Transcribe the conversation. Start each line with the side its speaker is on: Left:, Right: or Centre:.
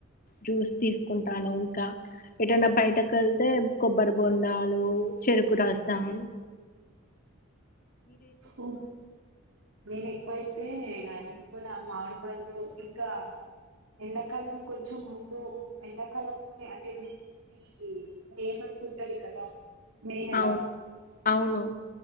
Left: జ్యూస్ తీసుకుంటాను ఇంకా ఎదైనా బయటకు వెళ్తే కొబ్బరి బొండాలు చెరుకు కు రాస్తాం
Right: ఓ నేను ఎక్కువైతే కానీ కూడా మామిడి పనులు ఇంకా ఎండాకాలం కొంచెం ముందు ఎండాకాలం అంటే మీది నేమంత్ ఉంటది కదా నెయిన్ ఎలా
Left: అవును అవును